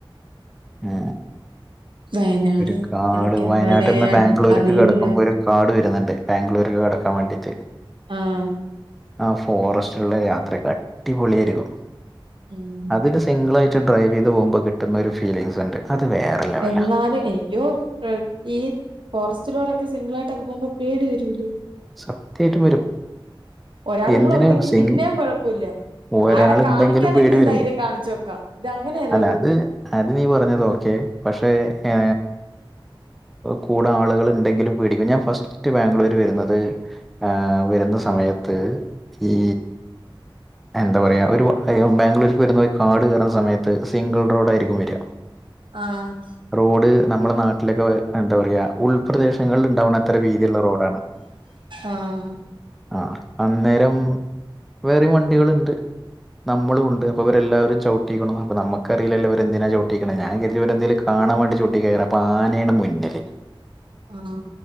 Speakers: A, in the centre; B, on the right.
A: ഹേ
B: വയനാട്
A: ഒരു കാട്
B: എനിക്കങ്ങനെ
A: വയനാട്ട്ന്ന് ബാംഗ്ലൂർക്ക്
B: അറിയൂല
A: കടക്കുമ്പോ ഒരു കാട് വരുന്നുണ്ട്. ബാംഗ്ലൂരൊക്കെ കടക്കാൻ വാണ്ടിട്ട്.
B: ആഹാ
A: ആ ഫോറസ്റ്റ്ള്ള യാത്രക്കെ അടിപൊളിയായിരിക്കും.
B: ഉും
A: തിൻ്റെ സിംഗിളായിട്ട് ഡ്രൈവ്യ്ത് പോക്പോൾ കിട്ടുന്ന ഒരു ഫീലിംഗ്സ് ഉണ്ട്. അത് വേറെ ലെവലാ
B: എന്നാലും എയ്യോ അഹ ഈ ഫോറസ്റ്റിലോടെൊക്കെ സിംഗിളായിട്ടൊക്കെ പോകുമ്പോ പേടി വരൂല്ലേ?
A: സത്യാ യിട്ടും വരും.
B: ഒരാളും
A: എന്തിന്
B: കുടെണ്ടെങ്കിൽ
A: സിംഗ്
B: പിന്നെ കുഴപ്പമില്ല.
A: ഒരാളുണ്ടെങ്കിലും
B: അയാളെ കാണിക്കാാനെങ്കിലും
A: പേടി വരും
B: ധൈര്യം കാണിച്ചച്ച് വോക്കാം. ഇതങ്ങനെയല്ലല്ലോ?
A: അല്ല അത് അത് നീ പറഞ്ഞത് ഓക്കെ പക്ഷേ ഏാ കൂടെ ആളുകള്ണ്ടെങ്കിലും പേടിക്കും. ഞാൻ ഫസ്റ്റ് ബാംഗ്ലൂര് വരുന്നത്. ത് ആഹ വരുന്ന സമയത്ത്. ഈ എന്താ പറയാ ഒരു ബാംഗ്ലൂരിക്ക് വരുന്ന കാട് കേറാൻ സമയത്ത് സിംഗിൾ റോഡായിരിക്കും വരാ. <inaudible>
B: ആഹ്
A: റോഡ് നമ്മുടെ നാട്ടിലൊക്കെ എന്താ പറയാ ഉൾപ്രദേശങ്ങളിൽ ഇണ്ടാവ്ണത്ര വീതിയിള്ള റോഡാണ്
B: ആഹ്
A: ആഹ് അന്നേരം വേറിം വണ്ടികള്ണ്ട് നമ്മളുണ്ട് അപ്പ ഇവരെ എല്ലാവരും ചൗട്ടീക്ക്ണു അപ്പ നമ്മക്കറീലല്ലോ ഇവരെന്തിനാ ചൗട്ടീക്ക്ണേ ഞാൻ കര്തി ഇവരെന്തേലും കാ കാണാൻ വേണ്ടി ചൗട്ടേകാരം അപ്പ ആനേണ് മുന്നില്
B: ആഹ്